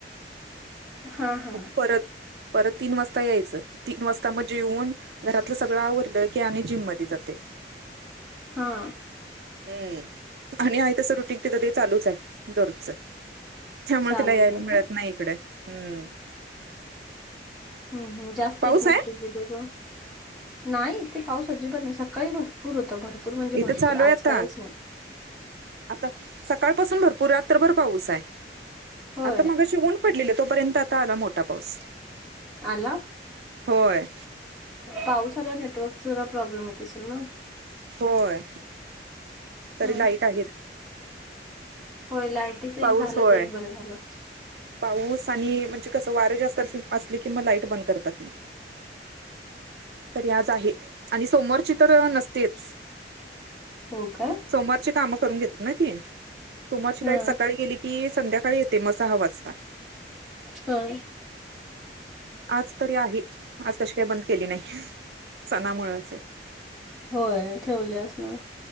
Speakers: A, in the centre; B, on the right.
A: हा हा
B: मग परत, परत तीन वाजता यायचं तीन वाजता म जेऊन घरातलं सगळं आवरलं की आणि जिम मध्ये जातय.
A: हा
B: हम्म आणि आहे तसं रुटींग तिथं ते चालूच आहे दररोजच त्यामुळ
A: चालू
B: तिला यायला
A: आहे
B: मिळत
A: का
B: नाही इकड हम्म
A: हम्म हम् जास्त
B: पाऊस
A: येत नसते
B: आहे?
A: ती दोघं. नाही, तेे पाऊस अजिबात नाही सकाळी भरपूर होता भरपूर म्हणजे
B: इथं
A: भरपूर
B: चालू आहे
A: आज
B: आता
A: काहीच नाही
B: आता सकाळ पाासून भरपूर रात्रभर पाऊस आहे.
A: होय
B: आता मगाशी ऊन पडलेल तोपर्यंत आता आला मोठा पाऊस,,
A: आला?
B: होय
A: पाऊस आल्याव नेटवर्कच जरा प्रॉब्लेम येत असेल ना?
B: होय,, तरी
A: ह
B: लाईट आहेत.
A: हो लायटीच
B: पाऊस
A: एक झालं
B: होय.
A: ते एक बरं झालं
B: पाऊस, आणि म्हणजे कसं वारं जास्त असली कि म लाईट बंद करतात तरी आज आहे आणि सोमवारची तर नसतेच.
A: हो काय
B: सोमवारची काम करून घेतात ना ती, सोमवारची
A: हा
B: लाईट सकाळी गेली की की संध्याकाळी येते मग सहा वाजता.
A: हं
B: आज तरी आहे. आज कशी काय बंद केली नाही? सणामुळचं हय.
A: होय, ठेवली असणार.